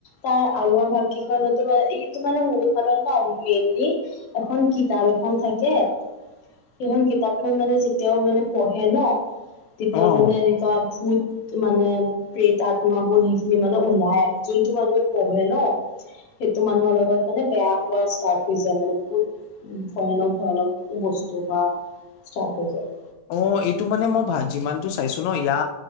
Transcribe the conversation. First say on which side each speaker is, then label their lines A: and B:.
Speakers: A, on the left (about 55°); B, on the left (about 85°).
A: তাৰ আগৰ ভাগ কেইখনতো মানে ইটো মানে মুভিখনত ন মেইনলি। এখন কিতাপ এখন থাকে। সেইখন কিতাপখন মানে যেতিয়াও মানে পঢ়ে ন তেতিয়া
B: অ
A: মানে এনেকুৱা ভূত মানে প্ৰেত আত্মাাবোৰ সেইখিনি মানে ওলাই আহে যোনটো মানুহে পঢ়ে ন। সেইটো মানুহৰ লগত মানে বেয়া হোৱা ষ্টাৰ্ট হৈ যায় মানে বহুত। উম, ভয়ানক, ভয়ানক বস্তু বা ষ্টাৰ্ট হৈ যায়।
B: অ', এইটো মানে মই ভাত যিমানতটো চাইছো ন ইয়া।